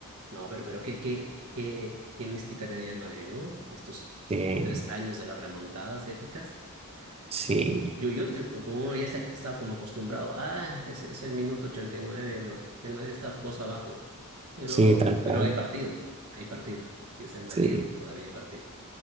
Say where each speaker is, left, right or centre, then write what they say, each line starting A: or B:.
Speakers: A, on the right (about 85°); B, on the right (about 25°).
A: No, pero, pero qué, qué, qué, qué mística tenía el Madrid, ¿no? Estos
B: Sí,
A: como tres años de las remontadas épicas,
B: sí,
A: que yo, yo, yo- como uno ya se, ac- estaba como acostumbrado, ah, ese es el minuto 89 y nueve, y el, Ma- el Madrid está dos abajo. Pero,
B: sí, tal cual.
A: pero hay partido, hay partido. Si es el Madrid,
B: Sí.
A: todavía hay partido.